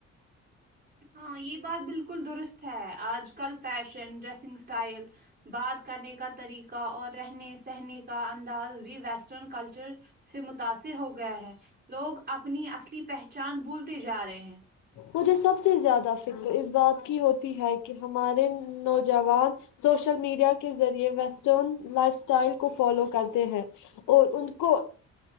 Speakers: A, on the right; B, on the left.
A: ہاں یہ بات بالکل درست ہے آج کل فیشن ڈریسنگ اسٹائل بات کرنے کا طریقہ کا اور رہنے سہنے کا انداز بھی ویسٹرن کلچر سے متاثر ہو گیا ہے لوگ اپنی اصلی پہچان بھولتے جا رہے ہیں
B: مجھے سب سے زیادہ فکر اس بات کی ہوتی ہے کہ ہمارے نوجوان سوشل میڈیا کے ذریعے ویسٹرن لائف اسٹائل کو فالو کرتے ہیں اور ان کو